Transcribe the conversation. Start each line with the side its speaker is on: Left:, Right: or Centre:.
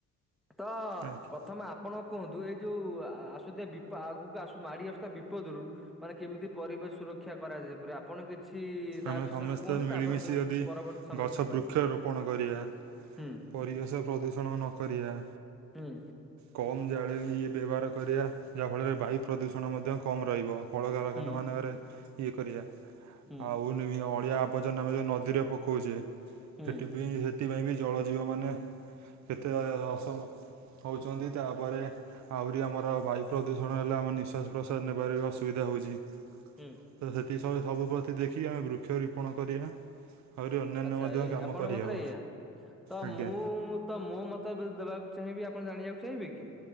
Centre: ତ
Right: ଆଜ୍ଞା।
Centre: ପ୍ରଥମେ ଆପଣ କୁହନ୍ତୁ ଏଇ ଯୋଉ ଆ ଆସୁଥିବା ବି ଆଗକୁ ଆସୁ ମାଡି ଆସୁଥିବା ବି ଦରୁ ମାନେ କେମିତି ପରିବେଶ ସୁରକ୍ଷା କରାଯାଏ ପୁରା ଆପଣ କିଛି ତା
Right: ଆମେ
Centre: ବିଷୟରେ
Right: ସମସ୍ତେ
Centre: କୁହନ୍ତୁ
Right: ମିଳିମିଶି
Centre: ତାପରେ ମୁଁ
Right: ଯଦି
Centre: ପରବର୍ତ୍ତୀ ସମୟରେ
Right: ଗଛ
Centre: କିଛି କହିବି
Right: ବୃକ୍ଷରୋପଣ କରିବା।
Centre: ହୁଁ
Right: ପରିବେଶ ପ୍ରଦୂଷଣ ନ କରିବା।
Centre: ହୁଁ।
Right: କମ୍ ଜାଳେ ଇଏ ବ୍ୟବହାର କରିବା ଯାହାଫଳରେ ବାୟୁ ପ୍ରଦୂଷଣ ମଧ୍ୟ କମ୍ ରହିବ। କଳକାରଖାନା
Centre: ହୁଁ
Right: ମାନଙ୍କରେ ଇଏ କରିବା।
Centre: ହୁଁ
Right: ଆଉ ନିମି ଅଳିଆ ଆବର୍ଜନା ଆମେ ଯୋଉ ନଦୀରେ ପକାଉଚେ
Centre: ହୁଁ।
Right: ସେଥିପାଇଁ ସେଥିପାଇଁ ବି ଜଳ ଜୀବମାନେ କେତେସାରା ଅସହ୍ୟ ହଉଚନ୍ତି ତାପରେ ଆହୁରି ଆମର ବାୟୁ ପ୍ରଦୂଷଣ ହେଲେ ଆମେ ନିଶ୍ଵାସ ପ୍ରଶ୍ୱାସ ନେବାରେ ବି ଅସୁବିଧା ହଉଚି।
Centre: ହୁଁ।
Right: ତ ସେଥି ସ ସବୁପ୍ରତି ଦେଖି ଆମେ ବୃକ୍ଷରୁପଣ କରିବା। ଆହୁରି ଅନ୍ୟାନ୍ୟ
Centre: ଆଚ୍ଛା
Right: ମଧ୍ୟ
Centre: ଏଇ
Right: କାମ
Centre: ଆପଣ
Right: କରିହେବ
Centre: ମତରେ ଏଇଆ ତ
Right: ଆଜ୍ଞା
Centre: ମୁଁ ତ ମୋ ମତ ଏବେ ଦବାକୁ ଚାହିଁବି ଆପଣ ଜାଣିବାକୁ ଚାହିଁବେ କି?